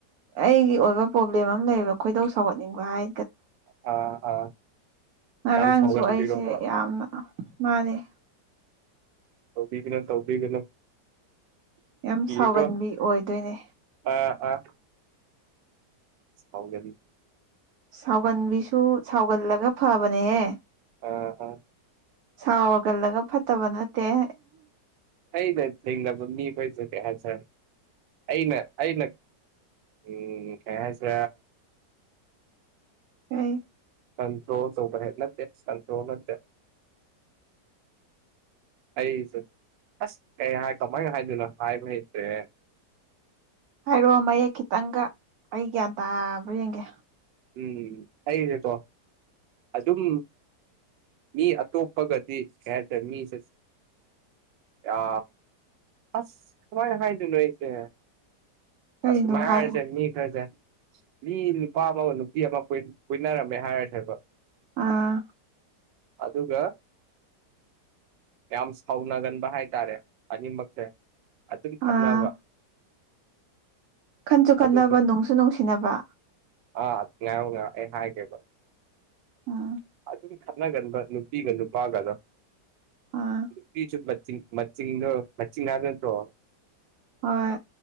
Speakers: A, on the right; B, on the right.
A: ꯑꯩꯒꯤ ꯑꯣꯏꯕ ꯄ꯭ꯔꯣꯕ꯭ꯂꯦꯝ ꯑꯃ ꯂꯩꯌꯦꯕ ꯈꯣꯏꯗꯧ ꯁꯧꯒꯠꯅꯤꯡꯕ ꯍꯥꯏ
B: ꯑ ꯑ
A: ꯉꯔꯥꯡꯁꯨ
B: ꯌꯥꯝ ꯁꯥꯎꯒꯟꯕꯤꯔꯣꯕ
A: ꯑꯩꯁꯦ ꯌꯥꯝꯅ ꯃꯥꯅꯩ
B: ꯇꯧꯕꯤꯒꯅ ꯇꯧꯕꯤꯒꯅꯣ
A: ꯌꯥꯝ ꯁꯥꯎꯒꯟꯕꯤ
B: ꯌꯦꯣ
A: ꯑꯣꯏꯗꯣꯏꯅꯦ
B: ꯑꯥ ꯑꯥ ꯁꯥꯎꯖꯔꯤ
A: ꯁꯥꯎꯒꯟꯕꯤꯁꯨ ꯁꯥꯎꯒꯜꯂꯒ ꯐꯕꯅꯦꯍꯦ
B: ꯑ ꯑ
A: ꯁꯥꯥꯎ ꯋꯥꯒꯜꯂꯒ ꯐꯠꯇꯕ ꯅꯠꯇꯦ
B: ꯑꯩ ꯅ ꯊꯗ ꯃꯤ ꯄꯩꯁ ꯀ ꯍꯥꯏꯁ ꯑꯩꯅ ꯑꯩꯅ ꯑꯦ ꯀꯩꯅꯁꯤ
A: ꯎ
B: ꯀꯟꯇ꯭ꯔꯣ ꯆꯧꯕ ꯍꯥꯏ ꯅꯠꯇ ꯁꯟꯇ꯭ꯔꯣ ꯅꯠꯇ ꯑꯩꯁꯨ ꯑꯁ ꯀꯩ ꯍꯥꯏ ꯀꯃꯥꯏꯅ ꯍꯥꯏꯗꯣꯏꯅꯣ ꯍꯥꯏꯕ ꯍꯩꯇꯦ
A: ꯍꯥꯏꯔꯛꯑꯣ ꯃꯌꯦꯛ ꯈꯤꯇꯪꯒ ꯑꯩ ꯒ꯭ꯌꯥꯟ ꯇꯥꯕ ꯌꯦꯡꯒꯦ
B: ꯎꯝ ꯑꯩꯁꯤꯀꯣ ꯑꯗꯨꯝ ꯃꯤ ꯑꯇꯣꯞꯄꯒꯗꯤ ꯍꯦꯇꯦ ꯃꯤꯁꯦ ꯑ ꯑꯁ ꯈꯃꯥꯏ ꯈꯉꯥꯏꯗꯨꯅꯣꯏꯁꯦ
A: ꯀꯔꯤꯅꯣ
B: ꯑꯁ ꯃ ꯍꯥꯏꯖ
A: ꯍꯥꯏ
B: ꯃꯤ ꯈꯔꯖ ꯃꯤ ꯅꯨꯄꯥ ꯑꯃꯒ ꯅꯨꯄꯤ ꯑꯃ ꯀꯣꯏꯅꯔꯝꯃꯦ ꯍꯥꯏꯔ ꯁꯕ
A: ꯑꯥ
B: ꯑꯗꯨꯒ ꯌꯥꯝ ꯁꯥꯎꯅꯒꯟꯕ ꯍꯥꯏꯇꯥꯔꯦ ꯑꯅꯤꯃꯛꯁꯦ ꯑꯗꯨꯝ ꯈꯠꯅꯕ
A: ꯑꯥ ꯈꯟꯁꯨ
B: ꯑꯗꯨ
A: ꯈꯟꯅꯕ ꯅꯨꯡꯁꯨ ꯅꯨꯡꯁꯤꯅꯕ
B: ꯑꯥ ꯀ ꯍꯥꯏꯥꯏ ꯀꯩꯕ
A: ꯎꯝ
B: ꯑꯗꯨꯝ ꯈꯠꯅꯒꯟꯕ ꯅꯨꯄꯤꯒ ꯅꯨꯄꯥꯒꯒ
A: ꯑꯥ
B: ꯅꯨꯄꯤꯁꯨ ꯃ ꯃꯆꯤꯡ ꯃꯆꯤꯤꯡꯥꯠꯇ꯭ꯔꯣ
A: ꯍꯣꯏ